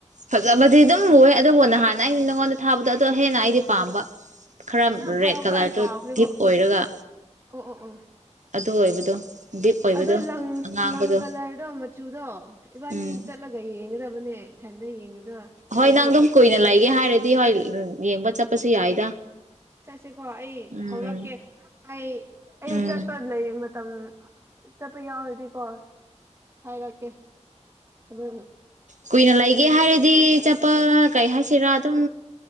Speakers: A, on the right (about 80°); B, on the right (about 20°).
A: ꯐꯖꯕꯗꯤ ꯑꯗꯨꯝ ꯑꯣꯏ ꯑꯗꯨꯕꯨ ꯅꯍꯥꯟ ꯑꯩꯅ ꯅꯪꯉꯣꯟꯗ ꯊꯥꯕꯗꯣ ꯑꯗꯣ ꯍꯦꯟꯅ ꯑꯩꯗꯤ ꯄꯥꯝꯕ ꯈꯔ
B: ꯅꯪ ꯊꯥꯔꯛꯄꯗꯣ
A: ꯔꯦꯠ ꯀꯂꯔꯗꯣ
B: ꯑꯩ ꯀꯥꯎꯈ꯭ꯔꯦꯕꯣ
A: ꯗꯤꯞ ꯑꯣꯏꯔꯒ
B: ꯑꯣ ꯑꯣ
A: ꯑꯗꯨ ꯑꯣꯏꯕꯗꯣ ꯗꯤꯞ ꯑꯣꯏꯕꯗꯣ
B: ꯑꯗꯣ ꯂꯪ
A: ꯑꯉꯥꯡꯕꯗꯣ
B: ꯂꯪ ꯀꯂꯔꯗꯣ ꯃꯆꯨꯗꯣ ꯏꯕꯥꯅꯤ
A: ꯎꯝ
B: ꯆꯠꯂꯒ ꯌꯦꯡꯒꯗꯕꯅꯦ ꯏꯊꯟꯇ ꯌꯦꯡꯕꯗꯣ
A: ꯍꯣꯏ
B: ꯍꯥꯏꯗꯤ
A: ꯅꯪ ꯑꯗꯨꯝ ꯀꯨꯏꯅ ꯂꯩꯒꯦ ꯍꯥꯏꯔꯗꯤ ꯍꯣꯏ ꯌꯦꯡꯕ ꯆꯠꯄꯁꯨ ꯌꯥꯏꯗ
B: ꯆꯠꯁꯤꯀꯣ ꯑꯩ
A: ꯎꯝ
B: ꯍꯧꯔꯛꯀꯦ ꯑꯩ ꯑꯩ
A: ꯎꯝ
B: ꯆꯠꯄ ꯂꯩ ꯃꯇꯝ ꯆꯠꯄ ꯌꯥꯎꯔꯗꯤꯀꯣ ꯍꯥꯏꯔꯛꯀꯦ ꯑꯗꯨ
A: ꯀꯨꯏꯅ ꯂꯩꯒꯦ ꯍꯥꯏꯔꯗꯤ ꯆꯠꯄ ꯀꯩ ꯍꯥꯏꯁꯤꯔꯥ ꯑꯗꯨꯝ